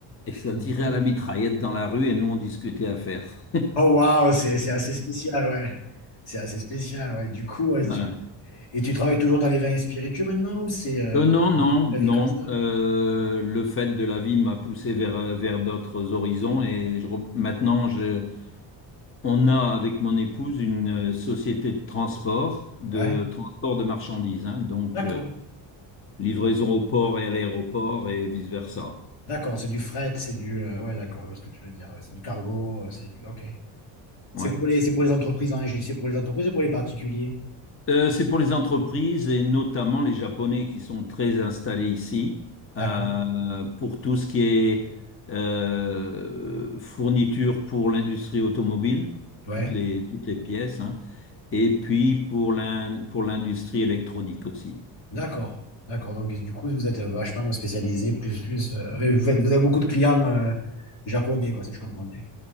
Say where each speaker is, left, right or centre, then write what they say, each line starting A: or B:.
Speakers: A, on the left; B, on the left.
A: Et ça
B: Et
A: tirait
B: du coup,
A: à la mitraillette dans la rue et nous on discutait affaires.
B: Oh waouh, c'est c'est assez spécial, ouais. C'est assez spécial, ouais. Du coup, ouais,
A: <laughs>
B: tu- et tu travailles toujours dans les vins et spiritueux maintenant ou c'est euh,
A: Euh, non, non,
B: la
A: non.
B: vie comme ça?
A: Euh, le fait de la vie m'a poussé vers, euh, vers d'autres horizons et je, re- maintenant, je, on a avec mon épouse une euh, société de transport, de
B: Ouais.
A: transport de marchandises, hein. donc
B: D'accord.
A: euh, livraison au port et à l'aéroport et vice-versa.
B: D'accord, c'est du fret, c'est du euh, ouais, d'accord, je vois ce que tu veux dire. ouais, c'est du cargo, euh, c'est du OK.
A: Ouais.
B: C'est pour les c'est pour les entreprises en Égypte, c'est pour les entreprises et pour les particuliers.
A: Euh, c'est pour les entreprises et notamment les Japonais qui sont très installés ici euh,
B: D'accord.
A: pour tout ce qui est euh, fourniture pour l'industrie automobile,
B: Ouais.
A: toutes les, toutes les pièces, hein, et puis pour l'in- pour l'industrie électronique aussi.
B: D'accord. D'accord. Donc du coup, vous êtes euh, vachement spécialisé plus plus euh, vous avez, vous avez beaucoup de clients euh, japonais quoi, si je comprends bien.